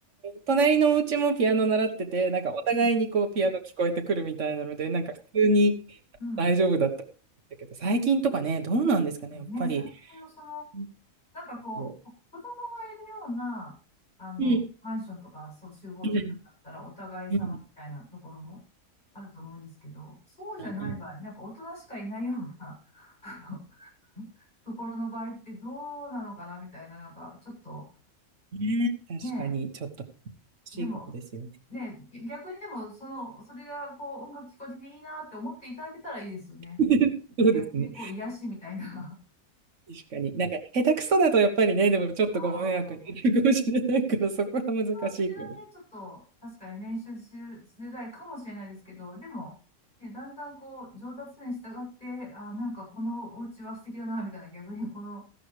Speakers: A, on the right; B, on the left.
A: 隣のお家もピアノ習ってて、なんかお互いにこうピアノ聞こえてくるみたいなので、
B: うん。
A: なんか普通に
B: うん。
A: 大丈夫だったんだけど、最近とかね、どうなんですかね、
B: うんね、
A: やっぱり。
B: 最近のその、
A: うん
B: なんかこう、
A: うん。
B: 子供がいるような、あの、
A: うん。
B: マンションとか、そう、集合住宅だったら、
A: う
B: お互い様みたいなところも
A: ん
B: あると思うんですけど、そうじゃない場合、
A: うん
B: なんか大人しかいないような、<laughs> あの、ところの場合ってどうなのかなみたいな、なんか、ちょっと、
A: ね、確かに、
B: ね
A: ちょっと欲しいかもですよね。
B: え、でも、ねえ、逆にでも、その、それが、こう、音楽聞こえてきていいなって思っていただけたらいいですよね。
A: <laughs> そうですね。
B: 逆に、こう、癒しみたいな。
A: 確かに。なんか、下手くそだとやっぱりね、でもちょっとご迷惑になるかもしれないから、
B: <laughs> ああ。
A: そこは難しいけど、
B: 私はね、ちょっと、確かに練習し、しづらいかもしれないですけど、でも、ね、だんだんこう、上達するに従って、あー、なんかこのお家は素敵だな、みたいな、逆にこの、